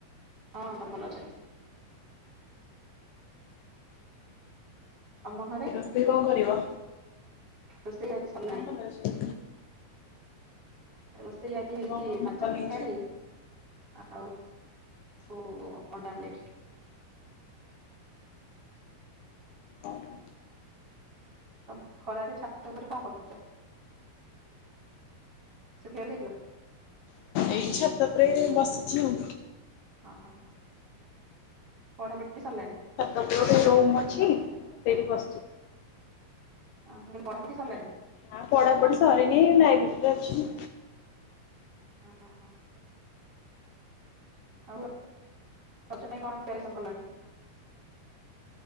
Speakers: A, on the right (about 30°); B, on the left (about 80°).
A: ହଁ ଘର ଭଲ ଅଛନ୍ତି। ତମ ଘରେ
B: ଆଜି ରୋଷେଇ କଣ କରିବ?
A: ଦ ଆଜି ସରିଲାଣି
B: ହଲା ସେ
A: ରୋଷେଇ ଆଜି ହେଇଛି
B: କଣ କଣ
A: ମାଛ
B: ବନେଇଛନ୍ତି?
A: ତରକାରୀ ଆଉ ଓହ ଅଣ୍ଡା ଆମଲେଟ।
B: ଓହୋ,
A: ତମ ଖରାରେ ଛାତ ଉପରେ କଣ କରୁଛ? ଶୁଖେଉ ଦେଇଥିଲ।
B: ଏଇ ଛାତ ପରେରେ ବସିଛି ଆଉ।
A: ଓହଁ ପଢ଼ା ପଢି ସାରିଲଣି?
B: ଗୋଟ ଗୋଟେ ରୁମ ଅଛି ସେଠି ବ
A: ହଁଲେ ପଢା ପଢ଼ୀ ସରିଲାଣି?
B: ହଁ ପଢାପଢି ସରିନି ଲାଇବ୍ରେରୀରେ ଅଛି।
A: ହଁ ହଁ ଆଉ ରଜ ପାଇଁ କଣ ପ୍ରିପାରେସନ୍ କଲଣି?